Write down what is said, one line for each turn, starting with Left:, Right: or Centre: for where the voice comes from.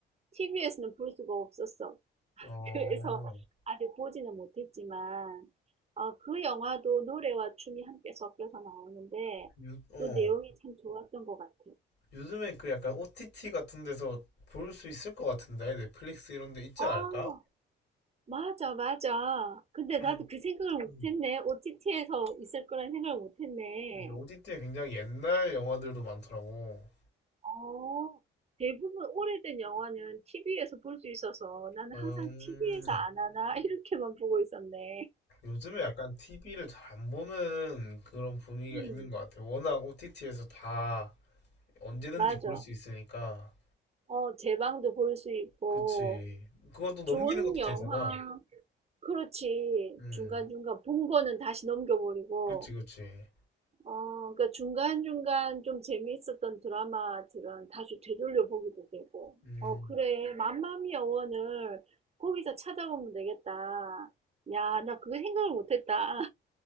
Right: TV에서는 볼 수가 없었어. <laughs>
Left: 어,
Right: 그래서 아직 보지는 못했지만 어, 그 영화도 노래와 춤이 함께 섞여서 나오는데
Left: 유, 어.
Right: 그 내용이 참 좋았던 것 같아.
Left: 요즘에 그 약간 OTT 같은 데서 볼 수 있을 것 같은데. 넷플릭스 이런 데 있지
Right: 아,
Left: 않을까?
Right: 맞아, 맞아. 근데
Left: 아,
Right: 나도 그 생각을
Left: 음,
Right: 못했네. OTT에서 있을 거란 생각을 못했네.
Left: 요새 OTT에 굉장히 옛날 영화들도 많더라고.
Right: 어. 대부분 오래된 영화는 TV에서 볼 수 있어서 나는
Left: 음,
Right: 항상 'TV에서 안 하나?' <laughs> 이렇게만 보고 있었네.
Left: 요즘에 약간 TV를 잘 안 보는 그런 분위기가
Right: 음.
Left: 있는 것 같아. 워낙 OTT에서 다 언제든지
Right: 맞아.
Left: 볼 수 있으니까.
Right: 어 제방도 볼 수 있고
Left: 그치. 그것도 넘기는
Right: 좋은
Left: 것도
Right: 영화
Left: 되잖아.
Right: 그렇지.
Left: 음,
Right: 중간중간 본 거는 다시 넘겨 버리고
Left: 그치, 그치.
Right: 어 그러니까 중간중간 좀 재미있었던 드라마들은 다시 되돌려 보기도 되고.
Left: 음,
Right: 어 그래. 맘마미아 원을 거기서 찾아보면 되겠다. 야 나 그거 생각을 못 했다.